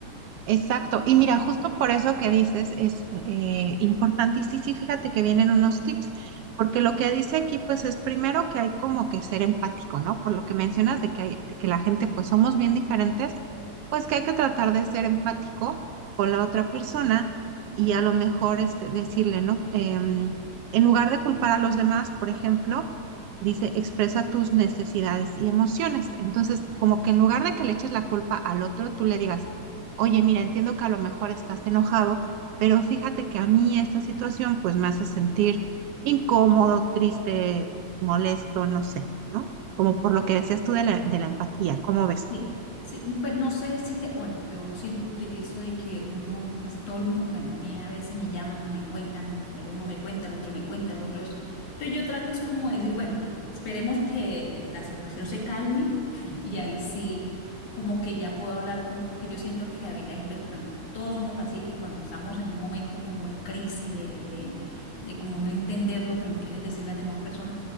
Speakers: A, on the right (about 75°); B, on the left (about 80°).
A: Exacto. Y mira, justo por eso que dices es eh, importante. Y sí, sí, fíjate que vienen unos tips, porque lo que dice aquí, pues es primero que hay como que ser empático, ¿no? Por lo que mencionas de que, hay, de que la gente, pues somos bien diferentes, pues que hay que tratar de ser empático con la otra persona y a lo mejor este, decirle, ¿no? Em, en lugar de culpar a los demás, por ejemplo, dice, expresa tus necesidades y emociones. Entonces, como que en lugar de que le eches la culpa al otro, tú le digas, Oye, mira, entiendo que a lo mejor estás enojado, pero fíjate que a mí esta situación pues me hace sentir incómodo, triste, molesto, no sé, ¿no? Como por lo que decías tú de la, de la empatía, ¿cómo ves?
B: Sí, sí, pues no sé si te, bueno, yo siempre utilizo de que uno, pues todo el mundo, bueno, a mí a veces me llaman y me cuentan, el uno me cuenta, el otro me cuenta, el otro es. Entonces yo trato es como decir, bueno, esperemos que la situación se calme <laughs> y ahí sí, como que ya puedo hablar con, porque yo siento que hay, hay per- bueno, todos somos así, que cuando estamos en un momento como de crisis, de, de, de como no entender lo que nos quieren decir las demás personas